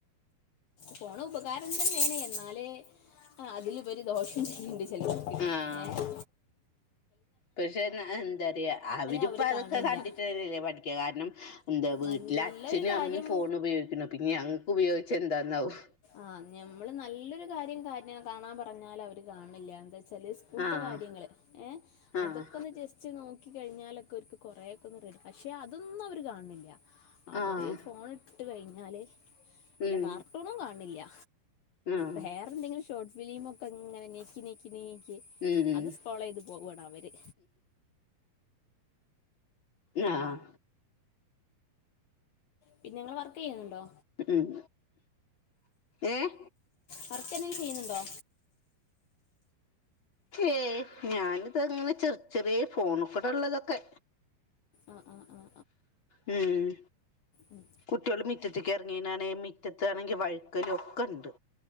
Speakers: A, on the left; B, on the left.
A: ഫോൺ ഉപകാരം തന്നെയാണ് എന്നാലേ അതിലുപരി ദോഷം ചെയ്യും
B: ആഹ്
A: <inaudible> ഏഹ്
B: പക്ഷെ എന്താ പറയാ അവരിപ്പ
A: അവര്
B: അതൊക്കെ
A: കാണില്ല
B: കണ്ടിട്ട് അല്ലേ പഠി ക്ക കാരണം എന്താ വീട്ടിലെ
A: നല്ലൊരു
B: അച്ഛന്
A: കാര്യം
B: അമ്മയും ഫോൺ ഉപയോഗിക്കുന്നു പിന്നെ ഞങ്ങക്ക് ഉപയോഗിച്ച എന്താന്നാവും
A: ആഹ് ഞമ്മള് നല്ലൊരു കാര്യം കാണാൻ പറഞ്ഞാൽ അവര് കാണില്ല എന്താ വെച്ചാല് സ്കൂൾത്തെ
B: ആഹ്
A: കാര്യങ്ങള് ഏ
B: ആഹ്
A: അതൊക്കെ ഒന്ന് ജസ് കുറച് നോകി കഴിഞ്ഞാലൊക്കെ അവർക്ക് കൊ റെക്കൊന്നുംറെഡി പക്ഷെ അതൊന്നും അവര് കാണില്ല അവര്
B: ആഹ്
A: ഫോണ് ഇട്ട കഴിഞ്ഞാല് വല്ലാ
B: ഉം
A: കാർട്ടൂണും കാണിണില്ല
B: ആഹ്
A: വേറെന്തെങ്കിലു ഷോർട്ട് ഫിലിമൊക്കെങ്ങനെ നെക്കി നെ ക്കി നീക്കി
B: ഉം
A: അത് ഫോളോ ചെയ്ത് പോകാണ് അവര്.
B: അ ആഹ്.
A: പിന്നെ ഇങ്ങള് വർക്കെയ്യുന്നുണ്ടോ.
B: ഉം ഏഹ്.
A: വർക്കെന്തെങ്കി ചെയ്യുന്നുണ്ടോ.
B: ഏയ് ഞാനിതങ്ങനെ ചെറിയ ചെറിയ ഫോണ്കൂടെള്ളതൊക്കെ.
A: ആഹ് ആഹ് ആഹ്.
B: ഉം.
A: ഉം.
B: കുട്ട്യള് മിറ്റത്തിക്ക് എർങ്ങിയനാണെ മിറ്റത്താണെങ്കി വഴുക്കലു ഒക്കണ്ട്.